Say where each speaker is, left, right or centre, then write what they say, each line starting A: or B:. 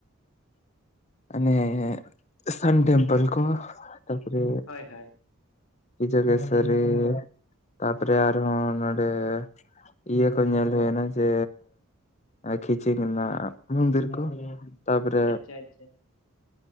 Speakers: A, on the left; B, on the left.
A: ᱟᱱᱮ ᱟᱱᱮ ᱥᱟᱱ ᱴᱮᱢᱯᱮᱞ ᱠᱚ ᱛᱟᱨᱯᱚᱨᱮ
B: ᱦᱳᱭ ᱦᱳᱭ
A: <unintelligible> ᱛᱟᱯᱚᱨᱮ ᱟᱨᱦᱚᱸ ᱱᱚᱰᱮ ᱤᱭᱟᱹ ᱠᱚ ᱧᱮᱞ ᱦᱩᱭᱱᱟ, ᱡᱮ ᱟᱨ ᱠᱷᱤᱪᱤ ᱚᱱᱟ ᱢᱩᱱᱫᱤᱨ ᱠᱚ ᱛᱟᱯᱚᱨᱮ
B: ᱟᱪᱪᱷᱟ ᱟᱪᱪᱷᱟ